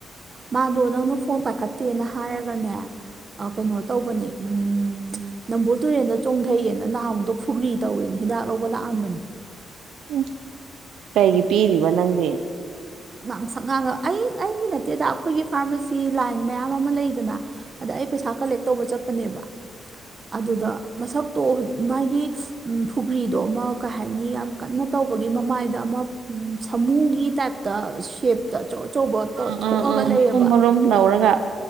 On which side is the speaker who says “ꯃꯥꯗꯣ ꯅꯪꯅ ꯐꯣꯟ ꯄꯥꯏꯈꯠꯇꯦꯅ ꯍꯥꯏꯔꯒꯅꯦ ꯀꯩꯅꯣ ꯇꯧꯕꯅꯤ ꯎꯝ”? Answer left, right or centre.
Right